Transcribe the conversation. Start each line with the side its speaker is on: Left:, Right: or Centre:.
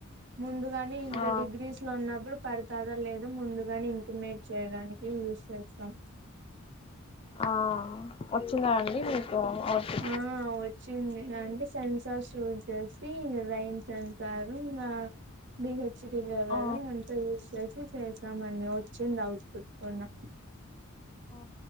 Right: ముందుగాని ఇంత
Left: ఆ
Right: డిగ్రీస్ లో ఉన్నప్పుడు పడతాదో లేదు ముందుగాని ఇం ఇంటిమేట్ చేయడానికి యూస్ చేస్తాం
Left: ఆ వచ్చిందా అండి మీకు ఔట్పుట్
Right: ఆ వచ్చింది అంటే సెన్సార్ షూస్ చేసి రైన్ సెన్సార్ ఇంకా లి హెచ్ చ్చటీలు ఎవరు
Left: ఆ
Right: అంత యూస్ చేసి చేశామండి వచ్చింది ఔట్పుట్ కూడా
Left: ఆ